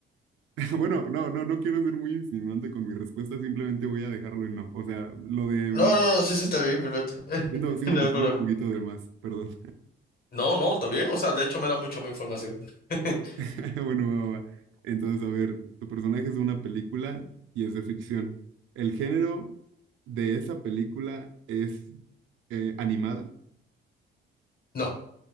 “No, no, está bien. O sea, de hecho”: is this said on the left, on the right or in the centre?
Left